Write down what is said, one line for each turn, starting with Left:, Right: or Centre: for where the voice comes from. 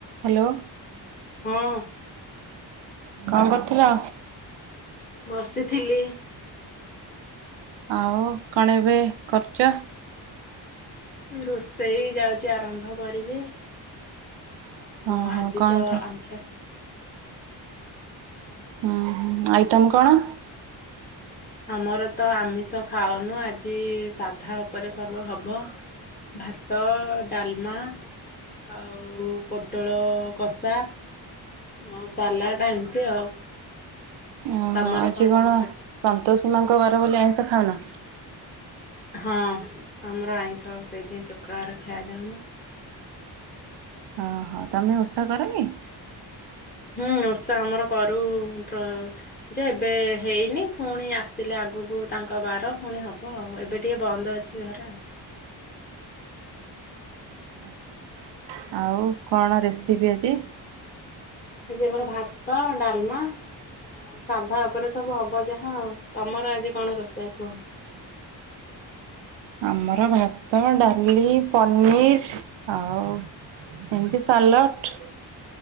Right: Hello
Left: ହଁ
Right: କନ କରୁଥିଲ
Left: ବସିଥିଲି
Right: ଆଉ କଣ ଏବେ କରୁଚ
Left: ଉଁ ରୋଷେଇ ଯାଉଚି ଆରମ୍ଭ କରିବି। ଆଉ
Right: ଓହୋ
Left: ଆଜିତ
Right: କଣ କ
Left: ଆମର
Right: ହୁଁ ହୁଁ ଆଇଟମ କଣ
Left: ଆମରତ ଆମିଷ ଖାଉନୁ ଆଜି ସାଧା ଉପରେ ସବୁ ହବ ଭାତ ଡାଲମା ଆଉ ପୋଟଳ କଷା ଆଉ ସାଲାଟ ଏମିତି ଆଉ
Right: ଓ
Left: ତମର
Right: ହୋ ଆଜି କଣ
Left: ରୋଷେଇ?
Right: ସନ୍ତୋଷୀ ମାଙ୍କ ବାର ବୋଲି ଆଇଁଷ ଖାଉନ
Left: ହଁ ଆମର ଆଇଁଷ ସେଇଥିପାଇଁ ଶୁକ୍ରବାର ଖାଇବା ଚାହୁଁନି।
Right: ଓଃ ତମେ ଓଷା କର କି?
Left: ହୁଁ ଓଷା ଆମର କରୁ ପ୍ର ଯେ ଏବେ ହେଇନି ଫୁଣି ଆସିଲେ ଆଗୁକୁ ତାଙ୍କ ବାର ଫୁଣି ହବ ଆଉ ଏବେ ଟିକେ ବନ୍ଦ ଅଛି। ଜିବାହେରି ଆଉ
Right: ଆଛା ଆଉ କଣ ରେସିପି ଆଜି?
Left: ଆଜି ଆମର ଭାତ, ଡାଲମା ଆଉ ସାଧା ଉପରେ ସବୁ ହବ ଯାହା ଆଉ ତମର ଆଜି କଣ ରୋଷେଇ କୁହ?
Right: ଆମର ଭାତ, ଡାଲି, ପନିର ଆଉ ଏମିତି ସାଲଟ୍।